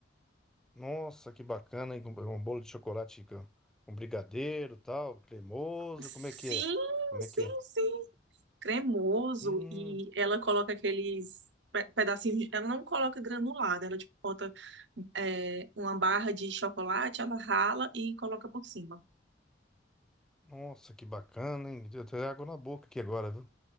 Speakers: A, in the centre; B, on the right.
A: Nossa, que bacana, hein? Com Um bolo de chocolate com, com brigadeiro, tal, cremoso,
B: Sim,
A: como é que é? Como
B: sim,
A: é que é?
B: sim. cremoso
A: Hum,
B: e ela coloca aqueles pe- pedacinhos. de- Ela não coloca granulado, ela tipo bota é, uma barra de chocolate, ela rala e coloca por cima.
A: nossa, que bacana, hein? Deu até água na boca aqui agora, viu?